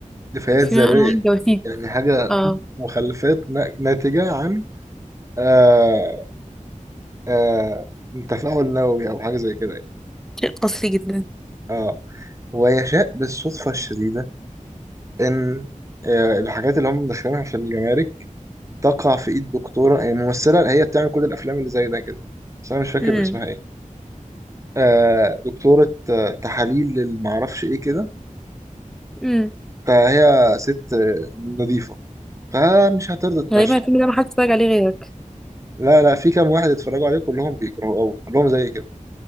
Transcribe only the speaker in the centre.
في
نوع من انواع الجواسيس
اه
شيء قاسي جدا
امم
امم
غالبا
الفيلم ده ما حدش اتفرج عليه غيرك